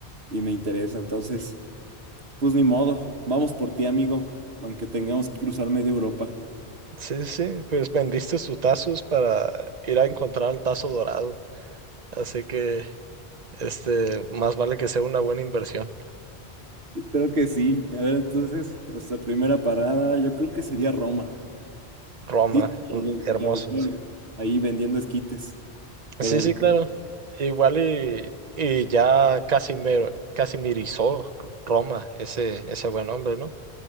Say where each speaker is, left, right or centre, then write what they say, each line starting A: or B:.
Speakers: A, on the right; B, on the right.
A: y me interesa. Entonces, pues ni modo, vamos por ti, amigo, aunque tengamos que cruzar media Europa.
B: Sí, sí, pues vendiste tus tazos para ir a encontrar el tazo dorado. Así que Este, más vale que sea una buena inversión.
A: Creo que sí. A ver, entonces, nuestra primera parada, yo creo que sería Roma.
B: Roma,
A: Dice que
B: un- hermoso,
A: trabajó
B: sí.
A: ahí vendiendo esquites. Pero
B: Sí, sí, claro. Igual y, y ya Casimiro, casimirizó Roma, ese, ese buen hombre, ¿no?